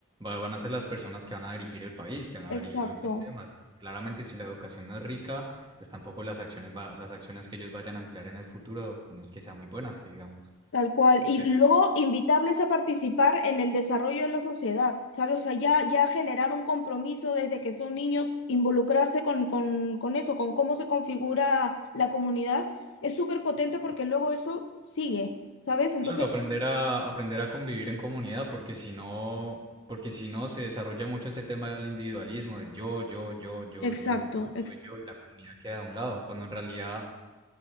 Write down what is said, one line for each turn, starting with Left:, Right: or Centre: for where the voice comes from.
Right: va- van a ser las personas que van a dirigir el país, que van a
Left: Exacto.
Right: dirigir los sistemas. Y claramente, si la educación no es rica, pues tampoco las acciones, va- las acciones que ellos vayan a emplear en el futuro no es que sean muy buenas, que digamos.
Left: Tal cual. Y
Right: Entonces,
Left: luego invitarles a participar en el desarrollo de la sociedad, ¿sabes? O sea, ya, ya generar un compromiso desde que son niños, involucrarse con, con, con eso, con cómo se configura la comunidad, es súper potente porque luego eso sigue, ¿sabes? Entonces,
Right: claro, aprender a, aprender a convivir en comunidad, porque si no, porque si no se desarrolla mucho este tema del individualismo, del yo, yo, yo, yo,
Left: exacto,
Right: yo, yo, yo,
Left: exacto.
Right: yo, y la comunidad queda a un lado, cuando en realidad